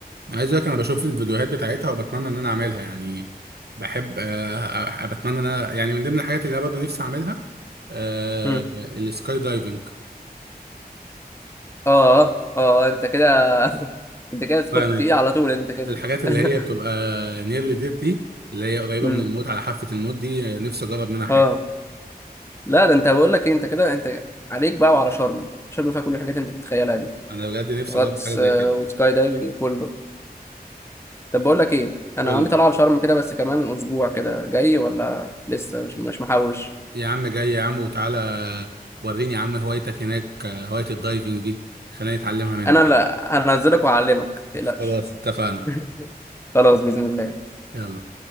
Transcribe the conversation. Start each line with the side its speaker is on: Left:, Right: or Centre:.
Right: عايز اقول لك انا بشوف الفيديوهات بتاعتها وبتمنى ان انا اعملها يعني بحب آه، آه، بتمنى ان انا يعني من ضمن الحاجات اللي انا برضه نفسي اعملها آه،
Left: مم.
Right: السكاي دايفنج
Left: اه اه اه انت كده <laughs> انت كده تدخل
Right: يعني
Left: في التقيل على طول انت كده
Right: الحاجات اللي
Left: <laughs>
Right: هي بتبقى نيرلي ديث دي اللي هي قريبه
Left: امم
Right: من الموت على حافه الموت دي آه، نفسي اجرب منها حاجه
Left: اه لا ده انت بقول لك ايه انت كده انت عليك بقى وعلى شرم شرم فيها كل الحاجات اللي انت بتتخيلها دي
Right: انا بجد نفسي
Left: غطس
Right: اجرب حاجه زي
Left: آه،
Right: كده
Left: وسكاي دايفنج كله طب بقول لك ايه انا
Right: قول
Left: عندي
Right: لي،
Left: طلعه على شرم كده بس كمان اسبوع كده جاي ولا لسه مش مش محوش
Right: يا عم جاي يا عم وتعالى وريني يا عم هوايتك هناك آه، هوايه الدايفنج دي خليني اتعلمها منك
Left: انا لا هنزلك وهعلمك ما تقلقش
Right: خلاص اتفقنا
Left: <laughs> خلاص باذن الله
Right: يلا